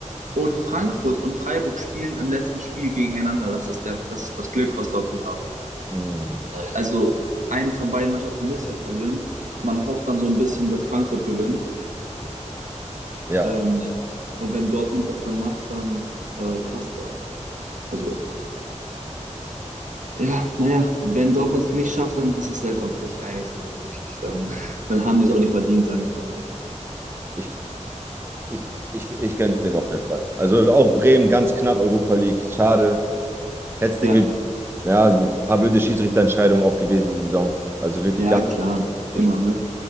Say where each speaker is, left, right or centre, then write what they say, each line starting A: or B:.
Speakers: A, on the right; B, on the right.
A: Und Frankfurt und Freiburg spielen im letzten Spiel gegeneinander. Das ist, der, das, ist das Glück, was Dortmund hat.
B: Mhm.
A: Also eine von beiden Mannschaften muss ja verlieren. Man hofft dann so ein bisschen, dass Frankfurt gewinnt.
B: Ja,
A: Und, Ja. und wenn Dortmund das dann macht, dann äh, passt das. Also, ja, naja, wenn Dortmund es nicht schafft, dann ist es selber Pech. Also wirklich, dann, <laughs> dann haben die es auch nicht verdient, sagen wir es mal so.
B: ich, ich, ich, ich gönn's dem auf jeden Fall. Also auch Bremen ganz knapp Europa League. Schade. Hätt's
A: Ja,
B: den gegeben. Ja, ein paar blöde Schiedsrichterentscheidungen auch gewesen die Saison. Also wirklich
A: ja,
B: ganz
A: klar. Immer,
B: Geschichten.
A: ne?